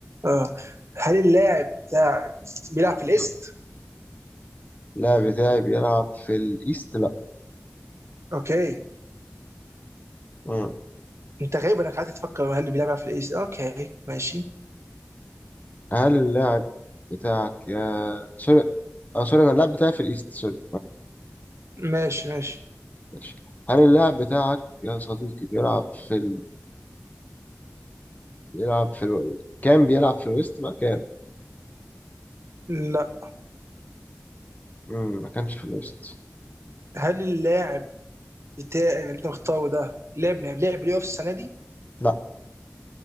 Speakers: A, on the right (about 60°); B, on the left (about 30°).
A: اه هل اللاعب بتاعك بيلعب في الايست؟
B: مم. اللاعب بتاعي بيلعب في الايست لا
A: اوكي
B: مم.
A: انت غريب انك قاعد تفكر هل اللاعب بيلعب في الايس اوكي ماشي
B: هل اللاعب بتاعك يا سوري اه سوري انا اللاعب بتاعي في الايست سوري
A: ماشي ماشي
B: ماشي هل اللاعب بتاعك يا صديقي بيلعب في ال... بيلعب في ال... كان بيلعب في الويست بقى كان
A: لا
B: مم. ما كانش في الويست
A: هل اللاعب بتاع اللي انت مختاره ده لعب يعني لعب بلاي اوف السنه دي
B: لا